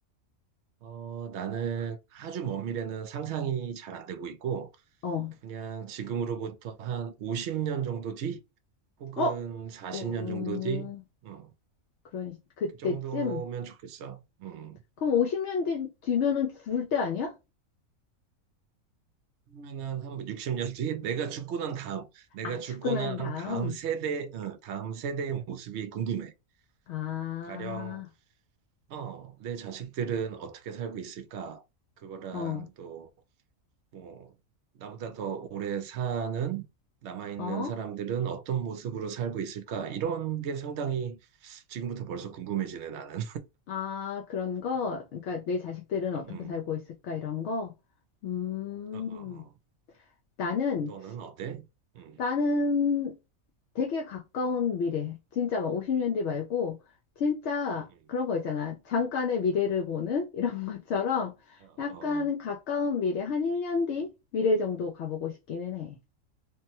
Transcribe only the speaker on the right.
어, 나는 아주 먼 미래는 상상이 잘 안 되고 있고,
그냥 지금으로부터 한 50년 정도 뒤? 혹은
40년
정도 뒤? 음,
그 정도면 좋겠어. 음.
그러면은 한 60년 뒤에 내가 죽고 난 다음, 내가
죽고
난
다음 세대, 응, 다음 세대의 모습이 궁금해.
가령, 어, 내 자식들은 어떻게 살고 있을까? 그거랑
또, 뭐, 나보다 더 오래 사는 남아있는
사람들은 어떤 모습으로 살고 있을까? 이런 게 상당히 지금부터 벌써 궁금해지네, 나는.
<laughs>
음,
음, 음.
어, 어, 어.
너는 어때? 음,
음, 음.
어,
어.